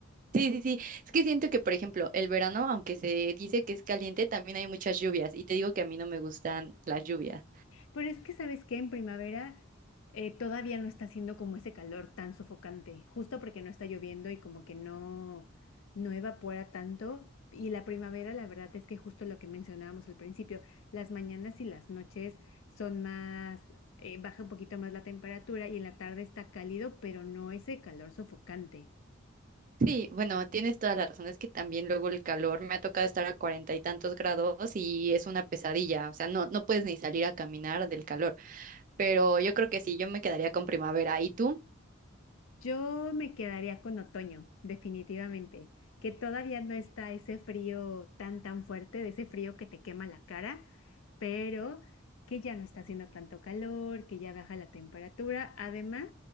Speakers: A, on the right; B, on the left.
A: Sí, sí, sí. Es que siento que, por ejemplo, el verano, aunque se dice que es caliente, también hay muchas lluvias. Y te digo que a mí no me gustan las lluvias.
B: Pero es que, ¿sabes qué? En primavera eh, todavía no está haciendo como ese calor tan sofocante, justo porque no está lloviendo y como que no, no evapora tanto. Y la primavera, la verdad es que justo lo que mencionábamos al principio, las mañanas y las noches son más, eh, baja un poquito más la temperatura y en la tarde está cálido, pero no ese calor sofocante.
A: Sí, bueno, tienes toda la razón. Es que también luego el calor me ha tocado estar a cuarenta y tantos grados y es una pesadilla. O sea, no, no puedes ni salir a caminar del calor. Pero yo creo que sí, yo me quedaría con primavera. ¿Y tú?
B: Yo me quedaría con otoño, definitivamente, que todavía no está ese frío tan tan fuerte, de ese frío que te quema la cara, pero que ya no está haciendo tanto calor, que ya baja la temperatura, además